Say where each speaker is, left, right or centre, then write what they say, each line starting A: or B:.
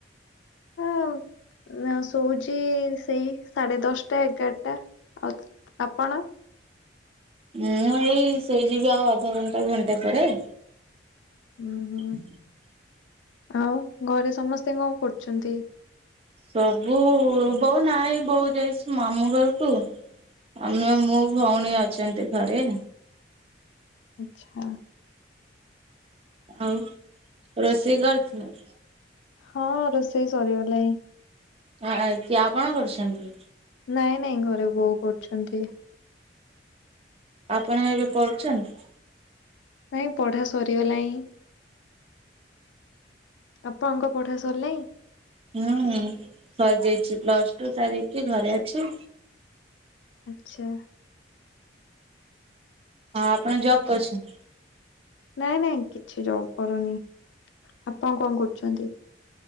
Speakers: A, on the left; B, on the right.
A: ହଁ। ଶୋଉଛି ସେଇ ସାଢେ ଦଶଟା ଏଗାରଟା ଆଉ। ଆପଣ।
B: ମୁଁ ଏଇ ସେଇ ଯିବି ଆଉ ଅଧଘଣ୍ଟା ଘଣ୍ଟା ପରେ।
A: ଉଁ
B: <inaudible>
A: ହୁଁ ଆଉ ଘରେ ସମସ୍ତେ କଣ କରୁଛନ୍ତି?
B: ସବୁ ବୋଉ ନାହିଁ ବୋଉ ଯାଇଛି ମାମୁ ଘର କୁ। ଆମେ ମୁଁ ଭଉଣୀ ଅଛନ୍ତି ଘରେ।
A: ଆଛା।
B: ଆଉ ରୋଷେଇ କରିଥିଲ।
A: ହଁ ରୋଷେଇ ସରିଗଲାଣିଁ।
B: ହଁ ତି ଆଉ କଣ କରୁଛନ୍ତି?
A: ନାଇଁ ନାଇଁ ଘରେ ବୋଉ କରୁଛନ୍ତି।
B: ଆପଣ ଏବେ ପଢୁଛନ୍ତି।
A: ନାଇଁ ପଢା ସରିଗଲାଣି। ଆପାଙ୍କ ପଢା ସରିଲାଣି।
B: ହୁଁ ସରିଯାଇଛି ପ୍ଲସ ଟୁ ସାରିକି ଘରେ ଅଛି।
A: ଆଛା।
B: ହଁ ଆପଣ ଜବ୍ କରୁଛନ୍ତି।
A: ନାଇଁ ନାଇଁ କିଛି ଜବ କରୁନି ଆପଣ କଣ କରୁଛନ୍ତି?